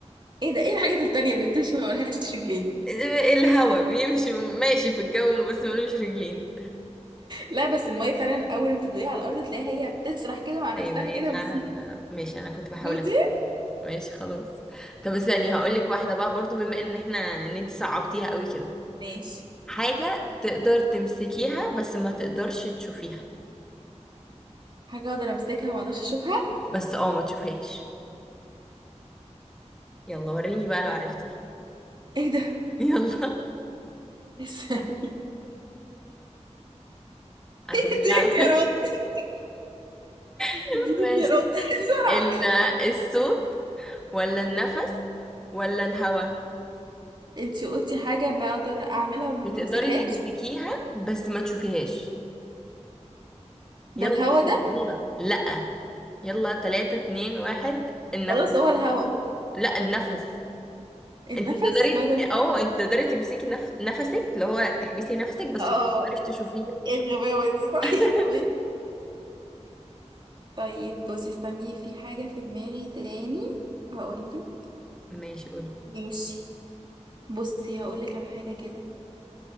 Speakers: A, on the right (about 40°); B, in the centre.
A: ايه ده ايه الحاجه التانيه اللي بتمشي وملهاش رجلين
B: إيه الهوا بيمشي ماشي في الجو بس ملوش رجلين
A: لا بس الميه فعلا اول ما تدلقيها على الارض تلاقيها هي بتسرح كده مع نفسها
B: أيوة هي
A: كده
B: فعلا
A: بس
B: ماشي أنا كنت بحاول
A: دوتي
B: ماشي خلاص طب استني هقولك واحدة بقى برضو بما ان احنا ان انت صعبتيها قوي كده
A: ماشي
B: حاجة تقدر تمسكيها بس ما تقدرش تشوفيها
A: حاجه اقدر امسكها وما اقدرش اشوفها
B: بس اه ما تشوفيهاش يلا وريني بقى لو عرفتيها
A: ايه ده
B: <laughs> يلا
A: لسه <laughs>
B: اسهلها
A: اديني اختيارات <laughs>
B: <laughs>
A: اديني
B: ماشي
A: اختيارات <laughs> بسرعه
B: ال- الصوت ولا النفس ولا الهوا
A: انتي قلتي حاجة بقدر اعملها وما
B: بتقدري
A: بمسكهاش
B: تمسكيها بس ما تشوفيهاش
A: ده
B: يلا
A: الهوا ده
B: يلا يلا لأ يلا تلاتة اتنين واحد النفس
A: خلاص هو الهوا
B: لأ النفس
A: النفس
B: انت تقدري
A: بقدر امسك
B: اه
A: النفس
B: انت تقدري تمسكي نف... نفسك اللي هو تحبسي نفسك بس
A: اه
B: ما تقدريش تشوفيه
A: ايه الغباوة دي <laughs> صحيح
B: <laughs>
A: ماشي. طيب بصي استني في حاجة في دماغي تاني هقولك
B: ماشي قولي
A: ماشي بصي هقولك على حاجة كده